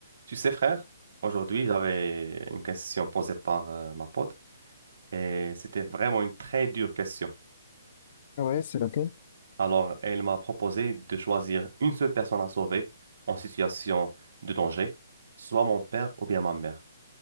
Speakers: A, on the right; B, on the left.
A: Tu sais, frère, aujourd'hui, j'avais une question posée par euh, ma pote et c'était vraiment une très dure question.
B: Ouais, c'est laquelle?
A: Alors, elle m'a proposé de choisir une seule personne à sauver en situation de danger, soit mon père ou bien ma mère.